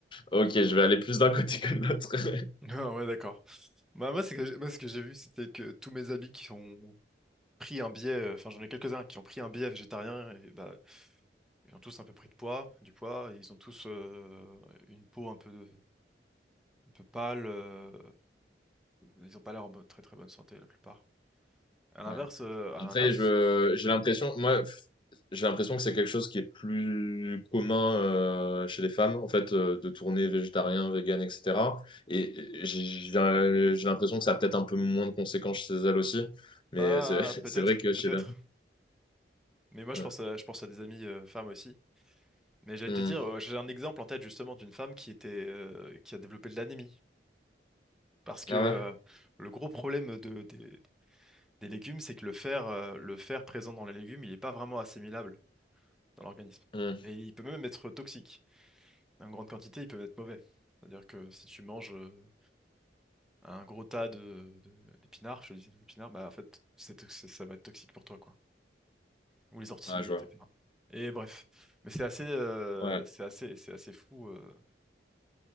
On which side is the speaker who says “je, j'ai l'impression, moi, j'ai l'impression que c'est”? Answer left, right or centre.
Left